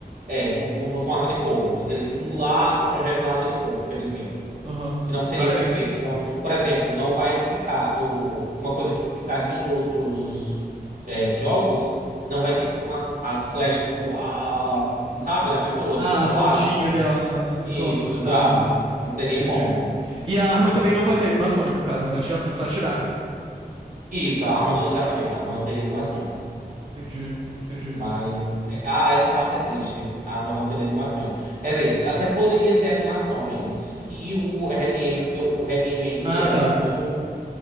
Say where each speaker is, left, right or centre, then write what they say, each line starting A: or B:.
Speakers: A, on the right; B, on the right.
A: é, o- como fosse uma arma de fogo. Eu teria que simular o projeto da arma de fogo, infelizmente,
B: Aham.
A: que não seria
B: Ah,
A: perfeito.
B: é.
A: Então, por exemplo, não vai ficar no uma coisa que ficaria em outros é, jogos, não vai ter tipo as, as flechas tipo a, a- sabe, da pessoa,
B: Ah,
A: tipo colado.
B: a pontinha dela na- no
A: Isso,
B: troço, na
A: exato.
B: arma, né?
A: Não teria
B: Entendi.
A: como,
B: E a
A: entendeu?
B: arma também não vai ter animações, no caso, ela vai atirar- só atirar, né?
A: Isso, a arma não, exatamente, a arma não teria animações.
B: Entendi, entendi.
A: Mas, é, ah, essa parte é triste. A arma não teria animações. Quer dizer, até poderia ter animações se o Red M porque o, o Red M ainda,
B: Ah,
A: ele é
B: tá.
A: muito,